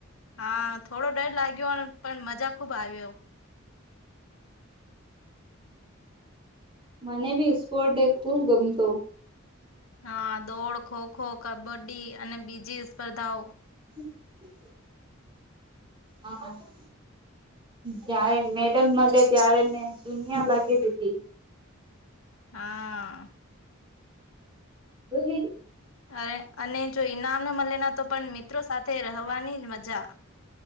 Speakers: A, on the left; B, on the right.
A: હા થોડો ડર લાગ્યો પણ મજા ખુબ આવ્યો.
B: મને ભી સ્પોટ ડે ખુબ ગમતું.
A: હા દોડ ખોખો કબડ્ડી અને બીજી સ્પર્ધાઓ
B: હમ <unintelligible> હા હા જયારે મેડમ મળે ત્યારે મેં દુનિયા લાગી દીધી
A: હા
B: બી <unintelligible>
A: અરે અને જો ઈનામ ના મળે ના તો પણ મિત્રો સાથે રહેવાની જ મજા.